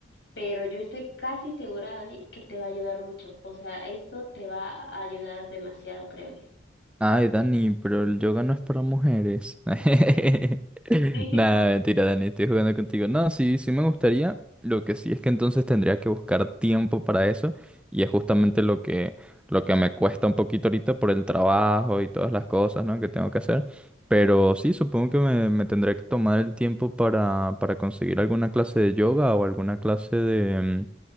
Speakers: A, on the left; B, in the centre.
A: pero yo estoy casi segura, Dani, que te va a ayudar mucho. O sea, eso te va a ayudar demasiado, créeme.
B: Ay, Dani, pero el yoga no es para mujeres. <laughs>
A: <laughs>
B: Nada, mentira, Dani, estoy jugando contigo. No, sí, sí me gustaría. Lo que sí es que entonces tendría que buscar tiempo para eso. Y es justamente lo que, lo que me cuesta un poquito ahorita por el trabajo y todas las cosas, ¿no? que tengo que hacer. Pero sí, supongo que me, me tendré que tomar el tiempo para, para conseguir alguna clase de yoga o alguna clase de,